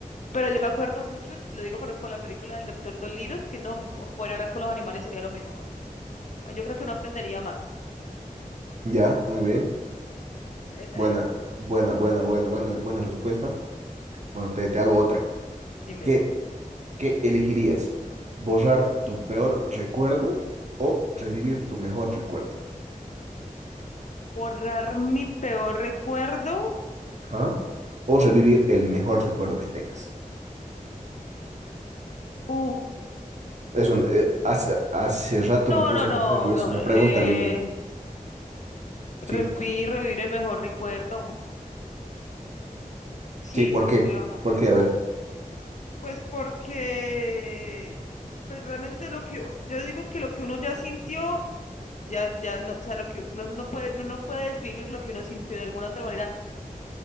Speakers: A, on the left (about 55°); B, on the right (about 55°).
A: Pero yo me acuerdo mucho, lo digo por, por la película del Doctor Dolittle, que no poder hablar con los animales sería lo mejor. Ah, Yo creo que uno aprendería más.
B: ya, muy bien.
A: Esa, esa
B: Buena,
A: es,
B: buena, buena, buena, buena, buena respuesta. Bueno, te, te hago otra.
A: dime,
B: ¿Qué
A: dime.
B: ¿Qué elegirías? ¿Borrar tu peor recuerdo o revivir tu mejor recuerdo?
A: Borrar mi peor recuerdo.
B: ¿Ah? O revivir el mejor recuerdo que tengas.
A: Uh,
B: Eso, eh, hace, hace rato
A: no,
B: me puse
A: no,
B: a
A: no,
B: pensar y es
A: no.
B: una
A: Eh,
B: pregunta bien.
A: revivir,
B: Sí,
A: revivir el mejor recuerdo. Sí,
B: sí, ¿por
A: obvio.
B: qué? ¿Por qué? A ver.
A: Pues porque, pues realmente lo que yo, yo digo que lo que uno ya sintió, ya, ya no, o sea, lo que no, no puede, no, no puedes vivir lo que uno sintió de alguna otra manera